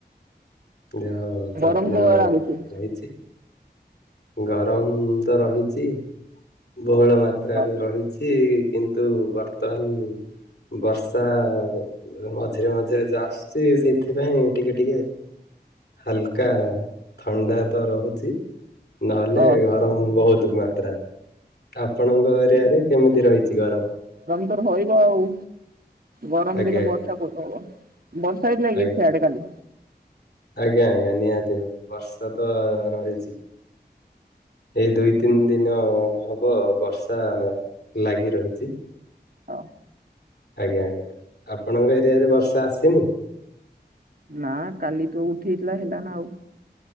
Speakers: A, on the left; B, on the right.
A: ଦେହ ଯତ୍ନ
B: ଗରମ କୁ
A: ର
B: ଲାଗୁଛି
A: ରହିଛି। ଗରମ ତ ରହିଛି। ବହୁଳ ମାତ୍ରାରେ
B: ହଁ
A: ରହିଛି କିନ୍ତୁ ବର୍ତ୍ତମାନ ବର୍ଷା ଆ ମଝିରେ ମଝିରେ ଯା ଆସୁଛି ସେଇଥିପାଇଁ ଟିକେ ଟିକେ ହାଲକା ଆ ଥଣ୍ଡା ତ ରହୁଛି। ନ ହେଲେ
B: ହଁ
A: ଗରମ ବହୁତ ମାତ୍ରାରେ। ଆପଣଙ୍କ ଏରିଆରେ କେମିତି ରହିଛି ଗରମ।
B: ର ରହିଇବ ଆଉ। ଗରମ
A: ଆଜ୍ଞା
B: ଦିନ ବର୍ଷା କୋଉଠୁ ହବ ବର୍ଷା ହେଇଥିଲାକି
A: ଆଜ୍ଞା
B: ସିଆଡେ କାଲି?
A: ଆଜ୍ଞା ଆଜ୍ଞା ନିହାତି ଭାବରେ ବର୍ଷା ତ ରହିଛି। ଏଇ ଦୁଇ ତିନି ଦିନ ହବ ବର୍ଷା ଲାଗି ରହିଛି।
B: ହଁ।
A: ଆଜ୍ଞା ଆଜ୍ଞା ଆପଣଙ୍କ ଏରିଆରେ ବର୍ଷା ଆସିନି।
B: ନା କାଲି ତ ଉଠେଇଥିଲା ହେଲା ନା ଆଉ।